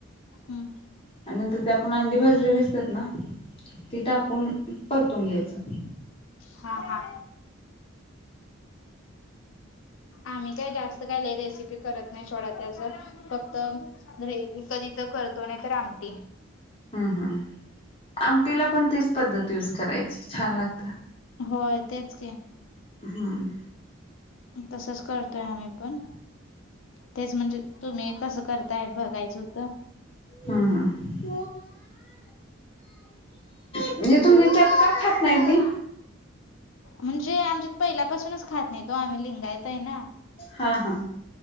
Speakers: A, on the left (about 70°); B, on the left (about 30°).
A: हम्म
B: आणि नंतर ते आपण अंडी भाजलेले असतात ना? ती टाकून परतून घ्यायचं.
A: हा हा आम्ही काय जास्त काय लय रेसिपी करत नाय छोड्या <unintelligible> त्याच फक्त ग्रेवी कधी तर करतो नाही तर आमटी
B: हम् हम् आमटीला पण तीच पद्धत युज करायची. छान लागत.
A: होय तेच की
B: हम्म
A: तसच करतोय आम्ही पण तेच म्हणजे तुम्ही कसं करताय बघायचं होत.
B: हं हं <inaudible> <inaudible> म्हणजे तुम्ही त्यात का खात नाही ती
A: म्हणजे आमच्यात पहिल्यापासूनच खात नाहीत वो आम्ही लिंगायत ना
B: हा हा.